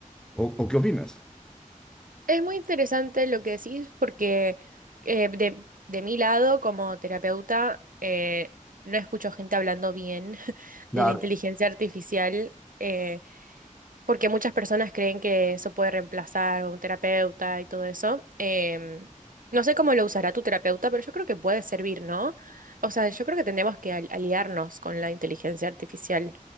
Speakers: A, in the centre; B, on the right.
A: o o qué opinas.
B: Es muy interesante lo que decís porque eh, de, de mi lado, como terapeuta, eh, no escucho gente hablando bien <laughs>
A: Claro,
B: de la inteligencia artificial eh, porque muchas personas creen que eso puede reemplazar a un terapeuta y todo eso. Em, no sé cómo lo usará tu terapeuta, pero yo creo que puede servir, ¿no? O sea, yo creo que tenemos que al- aliarnos con la inteligencia artificial.